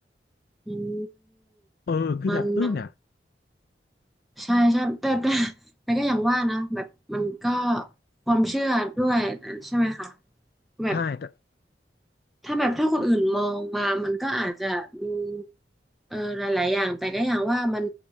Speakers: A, in the centre; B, on the left (about 60°).
A: อืม
B: เออคือแบบอึ้งอ่ะ
A: มันมันใช่ใช่แต่แต่แต่ก็อย่างว่านะแบบมันก็ความเชื่อด้วยใช่ไหมคะแบบ
B: ใช่แต่
A: ถ้าแบบถ้าคนอื่นมองมามันก็อาจจะดูเออหลายๆอย่างแต่ก็อย่างว่ามัน